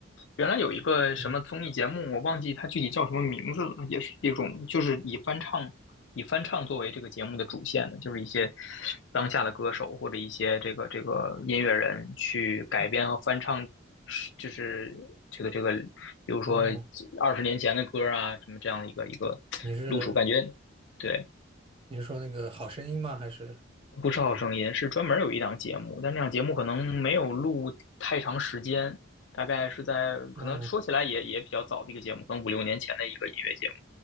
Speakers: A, on the left (about 65°); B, on the right (about 30°).
A: 原来有一个什么综艺节目，
B: 嗯，
A: 我忘记它具体叫什么名字了，也是一种就是以翻唱以翻唱作为这个节目的主线的，就是一些当下的歌手或者一些这个这个音乐人去改编和翻唱，
B: 哎，
A: 就是这个这个，比如说
B: 哦，
A: 二十年前的歌啊，什么这样的一个一个路数，
B: 你是
A: 感觉对，
B: 你是说那个好声音吗？还是
A: 不是好声音是专门有一档节目，但那档节目可能没有录太长时间，大概是在可能说起来也也比较早的一个节目，
B: 嗯，
A: 可能五六年前的一个音乐节目，